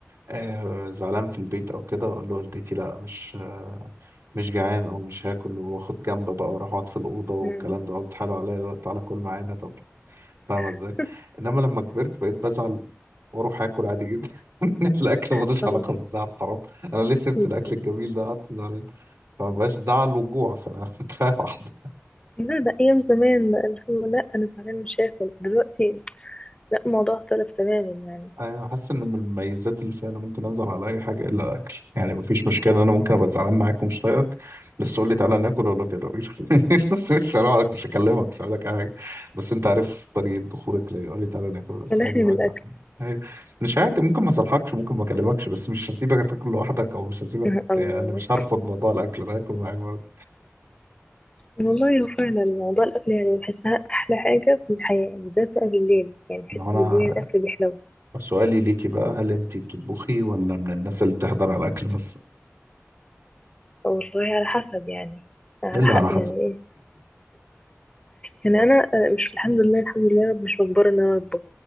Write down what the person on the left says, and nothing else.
مم.
<laughs>
خلاص
بالظبط.
لا ده أيام زمان بقى اللي هو لا أنا زعلان مش هاكل دلوقتي لا الموضوع اختلف تماما يعني
سامحني
بالأكل
<laughs> الله
والله هو فعلا موضوع الأكل يعني بحسها أحلى حاجة في الحياة يعني بالذات بقى بالليل يعني بحس
بالليل الأكل بيحلو
والله على حسب يعني على
حق
يعني إيه يعني أنا آه، مش الحمد لله الحمد لله يا رب مش مجبرة إن أنا أطبخ